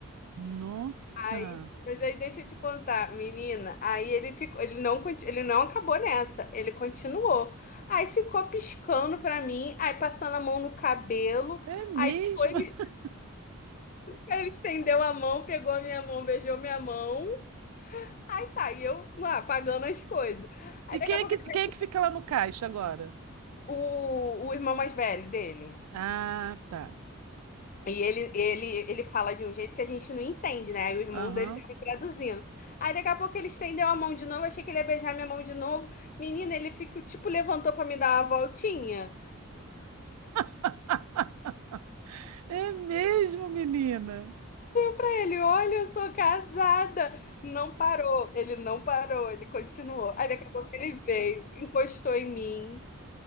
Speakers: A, on the right; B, on the left.
A: Nossa.
B: Aí, mas aí deixa eu te contar, menina. Aí ele ficou, ele não, conti- ele não acabou nessa, ele continuou. Aí ficou piscando pra mim, aí passando a mão no cabelo.
A: É mesmo?
B: Aí foi, me-
A: <laughs>
B: ele estendeu a mão, pegou a minha mão, beijou minha mão. Aí tá, e eu lá pagando as coisas. Aí
A: E
B: daqui
A: quem
B: a pouco
A: é que,
B: ele-
A: quem é que fica lá no caixa agora?
B: o, o irmão mais velho dele.
A: Ah, tá.
B: E ele, ele, ele fala de um jeito que a gente não entende, né? Aí o irmão
A: Aham.
B: dele tava traduzindo. Aí daqui a pouco ele estendeu a mão de novo, achei que ele ia beijar minha mão de novo. Menina, ele fica, tipo, levantou pra me dar uma voltinha.
A: <laughs> É, é mesmo, menina.
B: Pra ele, olha, eu sou casada. Não parou, ele não parou, ele continuou. Aí daqui a pouco ele veio, encostou em mim.